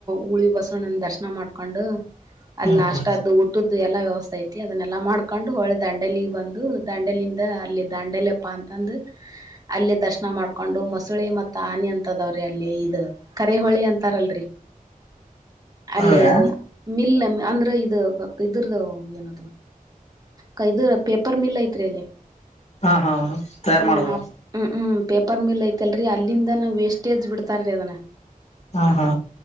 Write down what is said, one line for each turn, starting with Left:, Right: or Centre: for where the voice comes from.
Right: ಹುಳಿ ಬಸವಣ ದರ್ಶನ ಮಾಡ್ಕೊಂಡು ಅಲ್ಲಿ
Left: ಹ್ಮ್
Right: ನಾಷ್ಟ್ದು
Left: ಹ್ಮ್
Right: ಇದು ಎಲ್ಲಾ ವ್ಯವಸ್ಥೆ ಐತಿ ಅದನ್ನೆಲ್ಲಾ ಮಾಡ್ಕೊಂಡು ಹಳೆ ದಂಡೆಲಿ ಬಂದು ದಂಡೆಲಿಂದ ಅಲ್ಲಿ ದಂಡೆಲೆಪ್ಪ ಅಂತ ತಂದು ಅಲ್ಲಿ ದರ್ಶನ ಮಾಡ್ಕೊಂಡು ಮಸುಳಿ ಮತ್ತು ಆನೆ ಅಂತದವ್ರಿ ಅಲ್ಲಿ ಇದ ಕರಿಹೊಳಿ ಅಂತಾರಲ್ರರಿ ಅಲ್ಲಿ
Left: ಹೌದ್ರಾ
Right: ಮಿಲ್ಲ ಅಂದ್ರೆ ಇದು ಕೈದರ್ದ ಏನದು ಕೈದುರ್ ಪೇಪರ್ ಮಿಲ್ ಐತ್ರಿ ಅಲ್ಲಿ
Left: ಹಾ ಹಾ ತಯಾರು
Right: ಹ್ಮ್
Left: ಮಾಡದು
Right: ಹ್ಮ್ ಹ್ಮ್ ಪೇಪರ್ ಮಿಲ್ ಐತಲ್ರರಿ ಅಲ್ಲಿಂದನ ವೇಸ್ಟೇಜ್ ಬಿಡ್ತಾರೀ ಅದನ
Left: ಹಾ ಹಾ